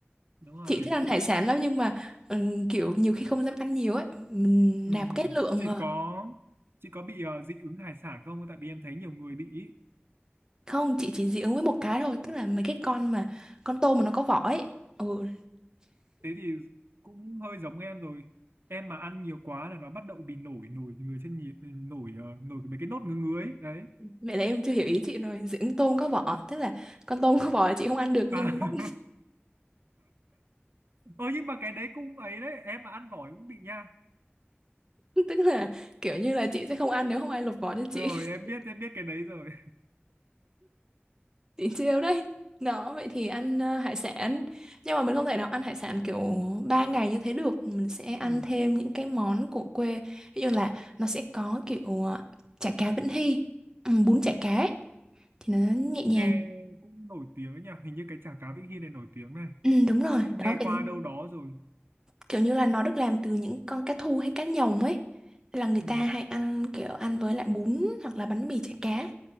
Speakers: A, on the right (about 65°); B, on the right (about 15°).
A: đúng rồi
B: Chị thích ăn hải sản lắm nhưng mà ừm, kiểu nhiều khi không dám ăn nhiều ấy, mình
A: ừ,
B: nạp
A: ừ.
B: cái lượng
A: chị
B: ờ,
A: có chị có bị ờ, dị ứng hải sản không tại vì em thấy nhiều người bị ý.
B: Không, chị chỉ dị ứng với một cái thôi, tức là mấy cái con mà con tôm mà nó có vỏ ấy. Ừ,
A: thế thì cũng hơi giống em rồi em mà ăn nhiều quá là nó bắt đầu bị nổi nổi người trên nhịp nổi ờ, nổi mấy cái nốt ngứa ngứa ấy đấy
B: mẹ là em chưa hiểu ý chị rồi, dị ứng tôm có vỏ, tức là con tôm có vỏ chị không ăn được nhưng
A: à
B: nó bóc,
A: <laughs> ơ nhưng mà cái đấy cũng ấy đấy em mà ăn tỏi cũng bị nha
B: <laughs> tức là kiểu như là chị sẽ không ăn nếu không ai lột vỏ cho chị.
A: rồi
B: <laughs>
A: em biết em biết cái đấy rồi
B: Chị trêu đấy. Đó, vậy thì ăn ờ, hải sản. Nhưng mà mình không thể nào ăn hải sản kiểu 3 ngày như thế được, mình sẽ ăn
A: ừ.
B: thêm những cái món của quê. Ví dụ là nó sẽ có kiểu ờ, chả cá Vĩnh Hy, ừ, bún chả cá ấy. Thì nó nhẹ nhàng.
A: nghe cũng nổi tiếng nhỉ hình như cái chả cá Vĩnh Hy này nổi tiếng này
B: Ừ, đúng rồi,
A: nghe
B: đó vậy
A: qua đâu đó rồi
B: kiểu như là nó được làm từ những con cá thu hay cá nhồng ấy Nên là người
A: ừ.
B: ta hay ăn kiểu ăn với lại bún hoặc là bánh mì chả cá